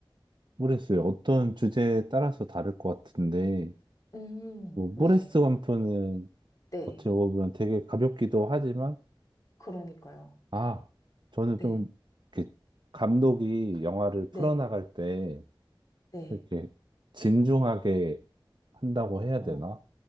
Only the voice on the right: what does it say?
모르겠어요. 어떤 주제에 따라서 다를 것 같은데,
뭐,
모레스 완프는
어떻게 보면 되게 가볍기도 하지만,
아, 저는
좀, 이렇게, 감독이 영화를 풀어나갈
때,
이렇게, 진중하게 한다고 해야
되나?